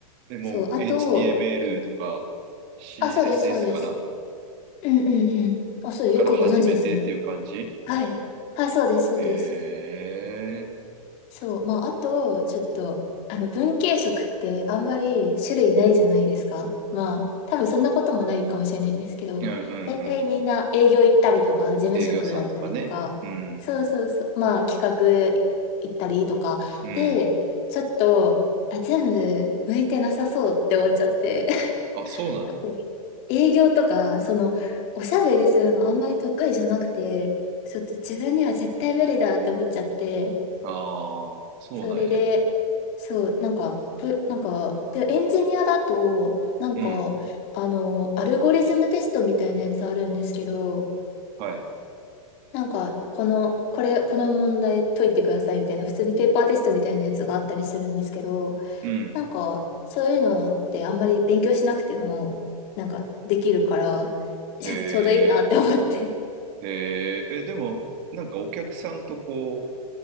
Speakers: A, on the right; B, on the left.
A: え、もう
B: そう、あと、
A: HTML
B: うん
A: とか CSS
B: あ、そうです、そうです。
A: かな
B: うんうんうん。あ、そう、よくご存知ですね。
A: から始めてっていう感じ
B: はい。はい、そうです、そうです。
A: へえ。
B: そう。まあ、あと、ちょっと、あの、文系色ってあんまり種類ないじゃないですか。まあ、多分そんなこともないかもしれないんですけど、
A: うんうんうん。
B: 大体みんな営業行ったりとか、事務職だったりとか、
A: 営業さんとかね。うん。
B: そうそうそう、まあ、企画行ったりとか、
A: うん。
B: で、ちょっと、あ、全部向いてなさそうって思っちゃって。
A: あ、そうなの。
B: <laughs> 特に営業とか、その、おしゃべりするのあんまり得意じゃなくて、ちょっと自分には絶対無理だって思っちゃって、
A: ああ、そうなんや。
B: それで、そう、なんか、プなんか、で、エンジニアだと、なんか、
A: うん。
B: あの、アルゴリズムテストみたいなやつあるんですけど、
A: はい。
B: なんか、この、これ、この問題解いてくださいみたいな、普通にペーパーテストみたいなやつがあったりするんですけど、
A: うん。
B: なんか、そういうのってあんまり勉強しなくても、なんか、できるから、<laughs>
A: へ
B: ちょうどいいなって思って。
A: え、へえ、え、でも、なんかお客さんとこ